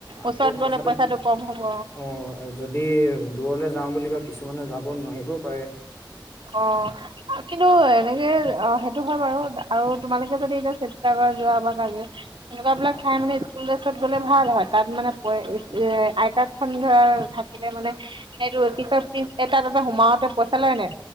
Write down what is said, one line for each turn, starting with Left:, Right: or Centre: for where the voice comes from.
Right: ওচৰত
Left: আকৌ খৰচাটো
Right: গ'লে পইচাটো
Left: অ',
Right: কম হ'ব
Left: যদি দি দূৰলৈ যাও বুলি কয় কিছুমানে যাব নোৱাৰিবও পাৰে।
Right: অ', কিন্তু এনেকে অ', সেইটো হয় বাৰু আৰু তোমালোকে যদি এতিয়া শিৱসাগৰ যোৱা বা কাজি সেনেকুৱা বিলাক ঠাই মানে স্কুল ড্ৰেছত গলে ভাল হয়, তাত মানে এ আই কাৰ্ড খন ধৰা থাকিলে মানে সেইটো কি কয় ফিছ, তাত এটা সোমাওতে পইচা লয় নে?